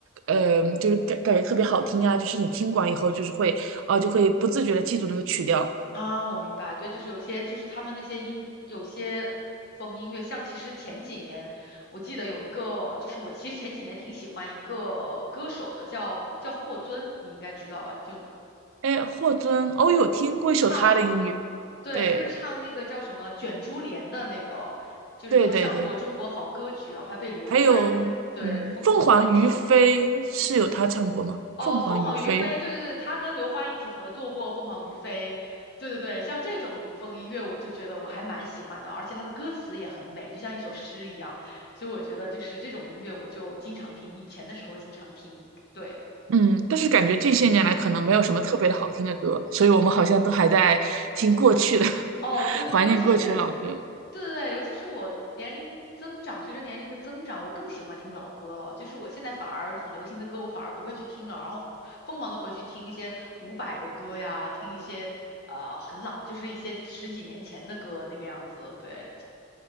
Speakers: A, on the right; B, on the left.
A: 呃，就是感感觉特别好听啊，就是你听完以后就是会，啊、就会不自觉的记住那个曲调。
B: 啊，我明白，对，就是有些，就是他们那些音，有些风音乐，像其实前几年，我记得有一个，就是我其实前几年挺喜欢一个歌手的，叫叫霍尊，你应该知道吧？就
A: 哎，霍尊，哦，有听过一首他的音乐，
B: 唱，对，
A: 对
B: 就是唱那个叫什么《卷珠帘》的那个，就是他上过《中国好歌曲》，
A: 对对对，
B: 然后还被刘欢对疯狂的
A: 还有，嗯，凤凰于飞是有他唱过吗？
B: pick。哦，
A: 凤凰于飞。
B: 凤凰于飞，对对对，他跟刘欢一起合作过《凤凰于飞》，对对对，像这种古风音乐，我就觉得我还蛮喜欢的，而且他的歌词也很美，就像一首诗一样，所以我觉得就是这种音乐，我就经常听，以前的时候经常听，对。
A: 嗯，但是感觉近些年来可能没有什么特别的好听的歌，所以我们好像都还在听过去的，<laughs>
B: 哦，对对对，
A: 怀念过去的老歌。
B: 尤其是，对对对，尤其是我年龄增长，随着年龄的增长，我更喜欢听老歌了。就是我现在反而很流行的歌，我反而不会去听了，然后疯狂的回去听一些伍佰的歌呀，听一些呃很老，就是一些十几年前的歌那个样子。对